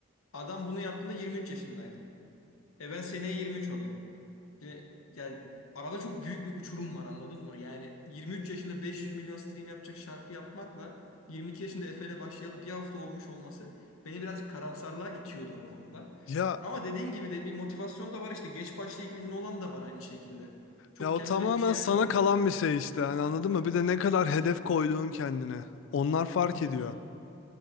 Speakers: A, on the left; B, on the left.
A: Adam bunu yaptığında 23 yaşındaydı. E ben seneye 23 olayım. Şimdi, yani arada çok büyük bir uçurum var anladın mı? Yani 23 yaşında 500 milyon stream yapacak şarkı yapmakla 22 yaşında Efe ile başlayalı bir hafta olmuş olması beni birazcık karamsarlığa itiyordu o konuda.
B: Ya
A: Ama dediğin gibi de bir motivasyon da var işte geç başlayıp ünlü olan da var aynı şekilde. Çok
B: Ya o
A: kendime
B: tamamen
A: şey
B: sana
A: yapıyorum.
B: kalan bir şey işte. Hani anladın mı? Bir de ne kadar hedef koyduğun kendine. Onlar fark
A: Hı hı,
B: ediyor.